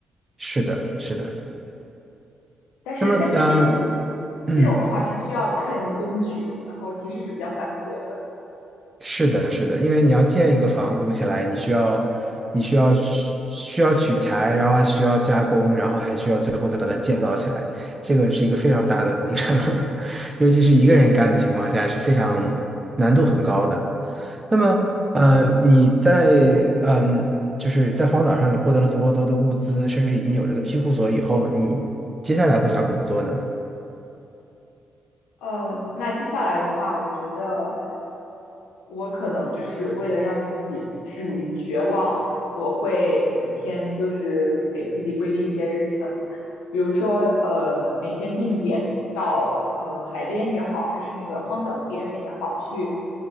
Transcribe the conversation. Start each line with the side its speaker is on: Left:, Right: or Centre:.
Right: 是的，
Left: 对，
Right: 是的。
Left: 但是但是这种
Right: 那么，嗯嗯。
Left: 这种的话是需要大量的工具，然后其实是比较繁琐的，
Right: 是的，是的，因为你要建一个房屋起来，你需要，你需要需要取材，然后还需要加工，然后还需要最后再把它建造起来，这个是一个非常大的工程，<laughs> 尤其是一个人干的情况下是非常难度很高的。
Left: <laughs>
Right: 那么，
Left: 嗯。
Right: 呃，你在嗯，就是在荒岛上，你获得了足够多的物资，甚至已经有了一个庇护所以后，你接下来会想怎么做呢？
Left: 呃，那接下来的话，我觉得我可能就是为了让自己不至于绝望，我会每天就是给自己规定一些日程，比如说呃每天定点到呃海边也好，还是那个荒岛的边缘也好，去